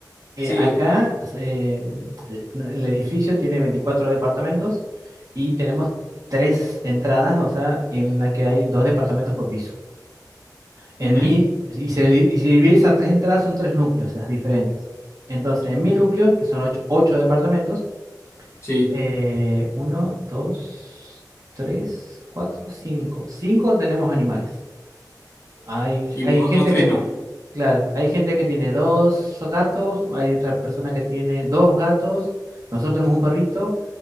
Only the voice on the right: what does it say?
eh,
acá eh, eh, no, el edificio tiene 24 departamentos y tenemos tres entradas, o sea, en la que hay dos departamentos por piso. En
mi, y se, di- y se divide esas tres entradas, son tres núcleos, las diferentes. Entonces, en mi núcleo, que son ocho, ocho departamentos,
eh, uno, dos, tres, cuatro, cinco. Cinco tenemos animales. Hay,
hay
gente
que,
Claro, hay gente que tiene dos gatos, hay otra persona que tiene dos gatos, nosotros tenemos un perrito,